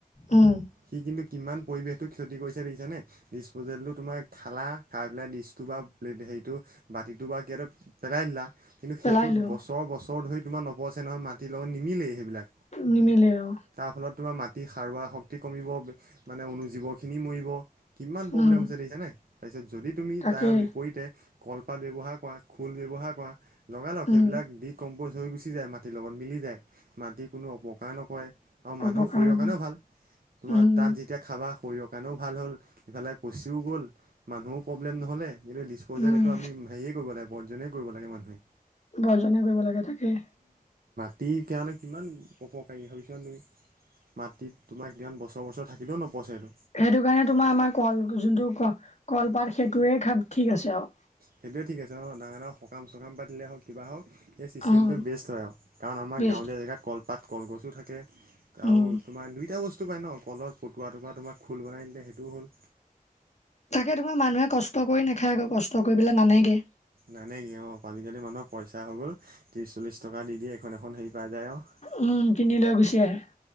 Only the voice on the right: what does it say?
সি কিন্তু কিমান। পৰিৱেশটো ক্ষতি কৰিছে দেখিছানে? ডিচপজেলটো তোমাৰ খালা খাই পেলাই ডিচটো বা প্লেৰ্ট হেৰিটো মাটিটো বা কিবা পেলাই দিলা কিন্তু সেইটোত
বছৰ বছৰ ধৰি তোমাৰ। অপচে নহয় মাটিৰ লগত নিমিলেই সেইবিলাক
তাৰ ফলত। তোমাৰ মাটি সাৰুৱোৱা শক্তি কমিব মানে অনু জীৱখিনি মৰিব। কিমান প্ৰব্লেম
হৈছে দেখিছানে? তাৰপিছত যদি তুমি
তাৰ বিপৰীতে কলপাত ব্যৱহাৰ কৰা। খোল ব্যৱহাৰ কৰা লগালগ সেইবিলাক
দি ক'ম। হৈ গুচি যায় মাটিৰ লগত মিলি যায়, মাটি কোনো অপকাৰ নকৰে। আৰু মানুহৰ
শৰীৰৰ
কাৰণেও ভাল, তোমাৰ
তাত যেতিয়া খাবা। শৰীৰৰ কাৰণেও ভাল হ'ল, ইফালে পচিও গ'ল, মানুহো প্ৰব্লেম নহ'লে। যিহেতু ডিছপজেল
এইটো আমি হেৰিয়ে কৰিব লাগে পৰ্জনেই কৰিব লাগে মানুহে।
তেতিয়া হ'লে কাৰণে কিমান অপকাৰী ভাবিছ ন তুমি মাটিত তোমাক কিমান বছৰ বছৰ থাকিলেও নপচে টো
সেইটোয়ে ঠিক আছে ন ডাঙৰ ডাঙৰ সকাম চকাম পাতিলে হও কিবা হওক সেই চিষ্টেমটো
বেষ্ট হয় আৰু কাৰণ আমাৰ
গাঁৱলীয়া জেগাত কলপাত কলগছো থাকে আৰু
তোমাৰ দুইটা বস্তু বট পায় ন কলৰ পটুৱা টুকুা তোমাক খুল বনাই দিলে সেইটোও হ'ল
নাই নাই কি আজিকালি মানুহৰ পইচা হৈ গল ত্ৰিশ চল্লিশ টকা দি দিয়ে এখন এখন হেৰি পাই যায় আৰু